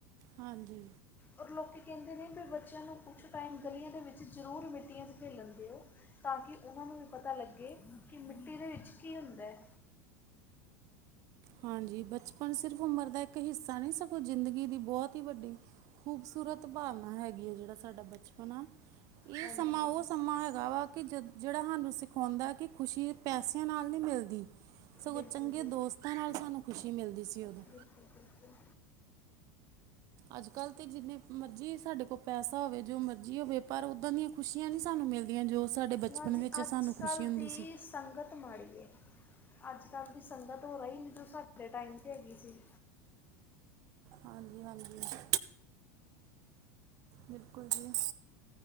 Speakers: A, on the right; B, on the left.
A: ਹਾਂਜੀ।
B: ਔਰ ਲੋਕ ਕਹਿੰਦੇ ਨੇ ਵੀ ਬੱਚਿਆਂ ਨੂੰ ਕੁਛ ਟਾਈਮ ਗਲੀਆਂ ਦੇ ਵਿੱਚ ਜ਼ਰੂਰ ਮਿੱਟੀਆਂ 'ਚ ਖੇਲਣ ਦਿਓ। ਤਾਂ, ਕਿ ਉਹਨਾਂ ਨੂੰ ਵੀ ਪਤਾ ਲੱਗੇ ਕਿ ਮਿੱਟੀ ਦੇ ਵਿੱਚ ਕੀ ਹੁੰਦਾ ਹੈ।
A: ਹਾਂਜੀ, ਬਚਪਨ ਸਿਰਫ ਉਮਰ ਦਾ ਇੱਕ ਹਿੱਸਾ ਨਹੀਂ ਸਗੋਂ ਜ਼ਿੰਦਗੀ ਦੀ ਬਹੁਤ ਹੀ ਵੱਡੀ ਖੂਬਸੂਰਤ ਭਾਵਨਾ ਹੈਗੀ ਆ ਜਿਹੜਾ ਸਾਡਾ ਬਚਪਨਾ। ਇਹ
B: ਹਾਂਜੀ
A: ਸਮਾਂ ਉਹ ਸਮਾਂ ਹੈਗਾ ਵਾ ਕਿ ਜ ਜਿਹੜਾ ਸਾਨੂੰ ਸਿਖਾਉਂਦਾ ਕਿ ਖੁਸ਼ੀ ਪੈਸਿਆਂ ਨਾਲ ਨੀ ਮਿਲਦੀ। ਸਗੋਂ
B: ਬਿਲਕੁਲ
A: ਚੰਗੇ
B: ਜੀ।
A: ਦੋਸਤਾਂ ਨਾਲ ਸਾਨੂੰ ਖੁਸ਼ੀ ਮਿਲਦੀ ਸੀ ਉਦੋਂ।
B: ਬਿਲਕੁਲ ਬਿਲਕੁਲ
A: ਅੱਜ ਕੱਲ੍ਹ ਤੇ ਜਿੰਨੇ ਮਰਜ਼ੀ ਸਾਡੇ ਕੋਲ ਪੈਸਾ ਹੋਵੇ, ਜੋ ਮਰਜ਼ੀ ਹੋਵੇ ਪਰ ਉੱਦਾਂ ਦੀਆਂ ਖੁਸ਼ੀਆਂ ਨੀ ਸਾਨੂੰ ਮਿਲਦੀਆਂ। ਜੋ ਸਾਡੇ ਬਚਪਨ
B: ਨਾ ਜੀ
A: ਵਿੱਚ ਸਾਨੂੰ
B: ਅੱਜ
A: ਖੁਸ਼ੀ
B: ਕੱਲ੍ਹ
A: ਹੁੰਦੀ
B: ਦੀ
A: ਸੀ।
B: ਸੰਗਤ ਮਾੜੀ ਹੈ। ਅੱਜ ਕੱਲ੍ਹ ਦੀ ਸੰਗਤ ਉਹ ਰਹੀ ਨਹੀਂ ਜੋ ਸਾਡੇ ਟਾਈਮ 'ਤੇ ਹੈਗੀ ਸੀ।
A: ਹਾਂਜੀ ਹਾਂਜੀ। ਬਿਲਕੁਲ ਜੀ।